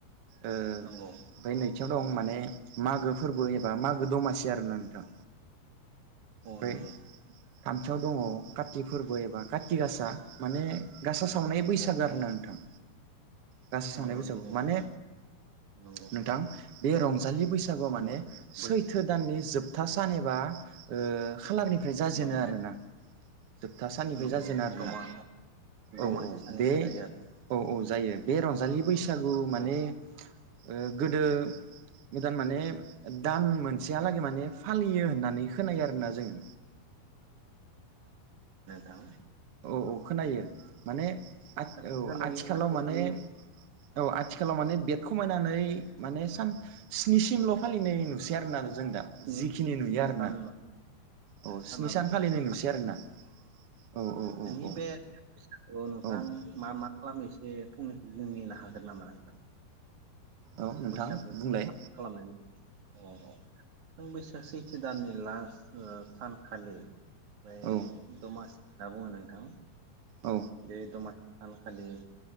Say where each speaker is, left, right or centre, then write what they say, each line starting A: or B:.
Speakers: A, on the right; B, on the right.
A: ओ
B: नंगौ
A: फाय नैथियाव दं माने मागो फोरबो एबा मागो दमासि आरोना नोंथां
B: अ
A: ओमफ्राय
B: नंगौ
A: थामथियाव दङ काति फोरबो एबा कातिक गासा माने गासा सावनाय बैसागो
B: औ
A: आरोना
B: औ
A: नोंथां गासै सावनाय
B: नंगौ
A: बैसागु
B: नंगौ
A: माने
B: नंगौ नंगौ
A: नोंथां बे रंजालि बैस माने
B: नंगौ बै
A: सैथो दाननि जोब था सान एबा ओ खालारनिफ्राय जाजेनो
B: नंगौ
A: आरोना जोबथा साननिफ्राय
B: नंगौ
A: जाजेनो आरोना
B: दमा दमासि
A: औ-औ
B: साननि
A: बे
B: थाखाय
A: औ-औ जायो बे रंजालि बैसो सागु
B: आरो
A: माने
B: औ
A: ओ गोदो गोदान माने दाम मोन सेहालागै माने फालियो होननानै खोनायो आरोना जोङो
B: दां
A: औ औ खोनायो माने
B: आथिखालै
A: औ आथिखालाव
B: आथिखालनि
A: माने औ आथिखालाव माने बेद खमायनानै माने सान स्निसिमल फालिनाय नु नुसै आरोना जों दा
B: स्नि
A: जिखिनि नुयो
B: स्नि
A: आरोना
B: सान
A: औ
B: सानालासेल'सो
A: स्नि सान फालिनाय
B: फालिया
A: नुसै आरोना औ औ
B: जोंनि
A: औ
B: बे फैसाखौ नोंथां
A: औ
B: मा मा खालामो एसे <unintelligible> हागोन नामा नोंथां
A: औ नोंथां
B: बैसागु
A: बुंलाय
B: खालामनायनि औ औ नों बैसाक सेैथो दाननि लास्ट ओ सानखालि ओमफाय
A: औ
B: दमास दा बुङो नोंथां
A: औ
B: बे दमासि सानखालि